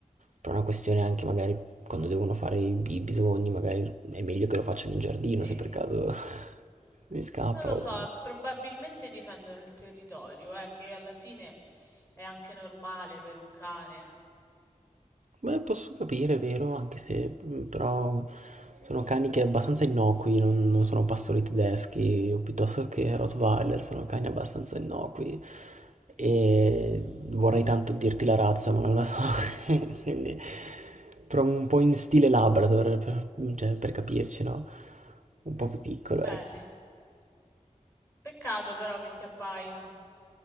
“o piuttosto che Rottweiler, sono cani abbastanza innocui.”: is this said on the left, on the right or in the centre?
Right